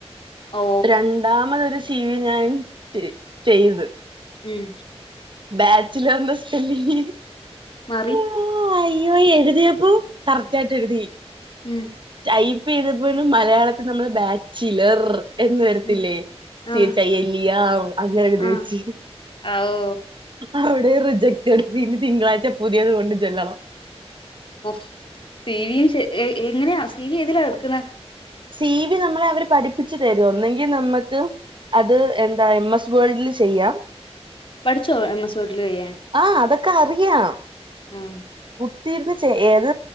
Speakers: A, on the left; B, on the right.
A: ഓ
B: രണ് രണ്ടാമത് ഒരു സീ വി ഞാൻ ചെയ്തു.
A: ഉം
B: ബാച്ചിലർന്റെ സ്പെല്ലിങ്
A: മറി
B: ആ അയ്യോ എഴുതിയപ്പൊ കറക്റ്റ് ആയിട്ട് എഴുതി.
A: ഉം
B: ടൈപ്പ് ചെയ്തപ്പോലും മലയാളത്തിൽ നമ്മള് ബാച്ചിലർ. എന്ന് വരത്തില്ലേ
A: ഉം
B: ചേച്ചയ്യല്ലിയ
A: ആഹ്
B: അങ്ങനെ എഴുതി
A: ആഹ്
B: വെച്ച്.
A: ആ ഹൗ
B: അവിടെ റിജക്ട് പിന്നിം തിങ്കളാഴ്ച പുതിയത് കൊണ്ട് ചെല്ലണം.
A: ഓ സി വിയും എങ്ങനെയാ സി വി ഏതിലാ എടുക്കുന്ന?
B: സി വി നമ്മളെ അവര് പഠിപ്പിച് തരും ഒന്നെങ്കിൽ നമ്മക്ക് അത് എന്താ എം സ് വേൾഡിൽ ചെയ്യാം
A: പഠിച്ചോ എം എസ് വേടിൽ ചെയ്യാൻ
B: ആഹ് അതൊക്കെ അറിയാം
A: ഉം
B: കുത്തിയിരുന്ന് ചെ ഏത്